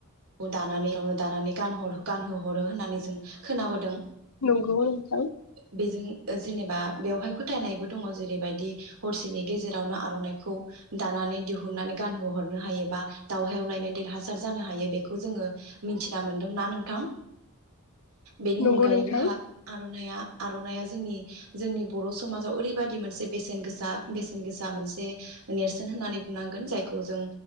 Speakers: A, on the right; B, on the left.
A: दानानै रावनो दानानै गानह- गानहो हरो होननानै जों खोनाबोदों।
B: नंगौ नोंथां।
A: बेजों जेनेबा बेवहाय फोथायनायबो दङ जेरैबायदि हरसेनि गेजेरावनो आर'नाइखौ दानानै दिहुननानै गानहोहरनो हायोबा दावहायाव लायनो देरहासार जानो हायो बेखौ खौ जोङो मिथिना मोन्दोंना नोंथां? बेनि
B: नंगौ
A: अनगायैबो
B: नोंथां
A: हा आर'नाइया आर'नाइया जोंनि जोंनि बर' समाजाव ओरैबायदि मोनसे बेसेन गोसा बेसेन गोसा मोनसे नेरसोन होननानै बुंनांगोन जायखौ जों